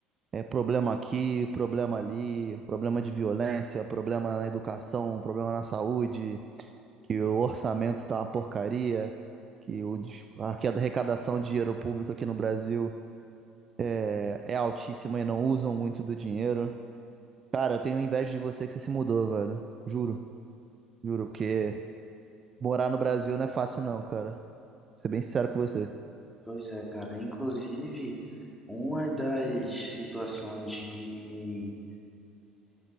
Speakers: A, on the right; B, in the centre.
A: é problema aqui, problema ali, problema de violência, problema na educação, problema na saúde, que o orçamento tá uma porcaria, que o, des- a arrecadação de dinheiro público aqui no Brasil é é altíssima e não usam muito do dinheiro. Cara, eu tenho inveja de você que você se mudou, velho. Juro, juro, porque morar no Brasil não é fácil não, cara. Vou ser bem sincero com você.
B: Pois é, cara. Inclusive, uma das situações que me,